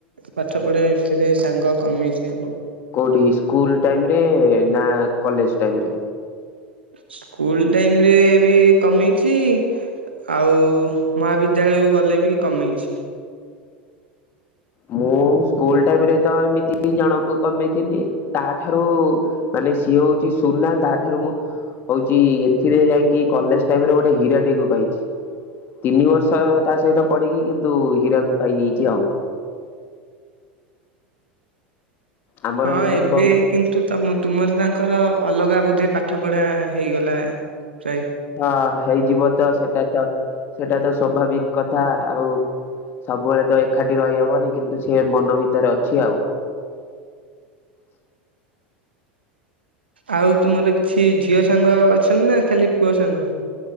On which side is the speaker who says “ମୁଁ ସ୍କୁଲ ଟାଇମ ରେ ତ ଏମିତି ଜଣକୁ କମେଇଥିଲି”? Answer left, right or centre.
Left